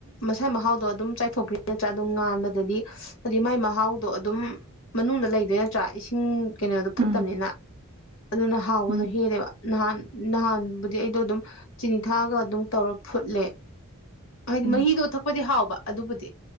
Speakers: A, on the left; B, on the right.
A: ꯃꯁꯥꯏ ꯃꯍꯥꯎꯗꯣ ꯑꯗꯨꯝ ꯆꯥꯏꯊꯣꯛꯈ꯭ꯔꯤ ꯅꯠꯇ꯭ꯔꯥ ꯑꯗꯨꯝ ꯉꯥꯟꯕꯗꯗꯤ ꯍꯥꯏꯗꯤ ꯃꯥꯏ ꯃꯍꯥꯎꯗꯣ ꯑꯗꯨꯝ ꯃꯅꯨꯡꯗ ꯂꯩꯗꯣꯏ ꯅꯠꯇ꯭ꯔꯥ ꯏꯁꯤꯡ ꯀꯩꯅꯣꯗ ꯐꯨꯠ
B: ꯎꯝ
A: ꯇꯝꯅꯤꯅ ꯑꯗꯨꯅ ꯍꯥꯎꯕꯗꯣ
B: ꯎꯝ
A: ꯍꯦꯜꯂꯦꯕ ꯅꯍꯥꯟ ꯅꯍꯥꯟꯕꯨꯗꯤ ꯑꯩꯗꯣ ꯑꯗꯨꯝ ꯆꯤꯅꯤ ꯊꯥꯛꯑꯒ ꯑꯗꯨꯝ ꯇꯧꯔ ꯐꯨꯠꯂꯦ ꯍꯥꯏꯗꯤ
B: ꯎꯝ
A: ꯃꯍꯤꯗꯣ ꯊꯛꯄꯗꯤ ꯍꯥꯎꯕ ꯑꯗꯨꯕꯨꯗꯤ